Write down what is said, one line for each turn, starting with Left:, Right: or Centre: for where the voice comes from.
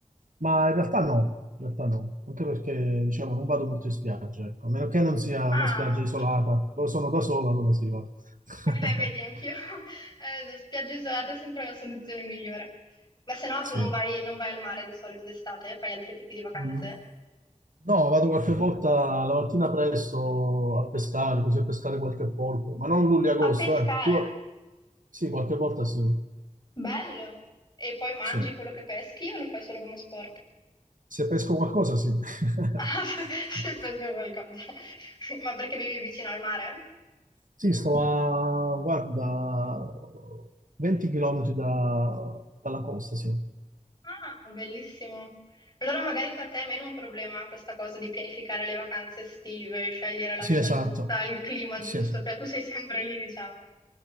Right: Ma in realtà no, in realtà no, anche perché diciamo non vado molto in spiaggia, ecco. A meno che non sia
Left: Ah,
Right: una spiaggia isolata, dove sono da solo, allora sì, vado. <laughs>
Left: eh beh, vedi, anch'io. <laughs> Eh, spiagge isolate è sempre la soluzione migliore. Ma se no
Right: Sì.
Left: tu non vai, non vai al mare di solito d'estate, fai altri tipi di vacanze?
Right: Mm. No, vado qualche volta la mattina presto a pescare, così a pescare qualche polpo, ma non luglio-agosto,
Left: A pescare,
Right: eh. Più... Sì, qualche volta sì.
Left: bello! E poi mangi
Right: Sì.
Left: quello che peschi o lo fai solo come sport? <laughs>
Right: Se pesco qualcosa, sì. <laughs>
Left: Ah, se se pesco qualcosa. <laughs> Ma perché vivi vicino al mare?
Right: Sì, sto a, guarda, 20 km da- dalla costa, sì.
Left: Ah, bellissimo. Allora magari per te è meno un problema questa cosa di pianificare le vacanze estive, scegliere la
Right: Sì,
Left: meta
Right: esatto.
Left: giusta, il clima
Right: Sì,
Left: giusto,
Right: es-
Left: cioè tu sei sempre lì, diciamo.